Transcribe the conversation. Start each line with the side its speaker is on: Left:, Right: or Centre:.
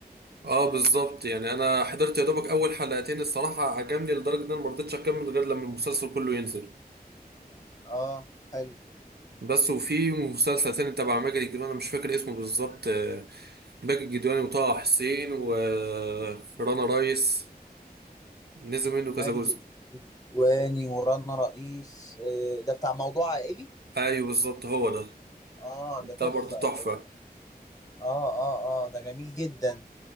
Right: اه بالظبط يعني انا حضرت يا دوبك اول حلقتين الصراحه عجبني لدرجه ان انا ما رضيتش اكمل غير لما المسلسل كله ينزل
Left: اه حلو
Right: بس وفي مسلسل تاني تبع ماجد الكدواني انا مش فاكر اسمه بالظبط آه، ماجد الكدواني وطه حسين ورنا رايس نزل منه
Left: ماجد
Right: كذا جزء
Left: الكدواني ورانا رئيس آه، ده بتاع موضوع عائلي
Right: ايوه بالظبط هو ده
Left: اه
Right: ده
Left: ده تحفه
Right: برضه تحفة
Left: ده- اه اه اه ده جميل جدا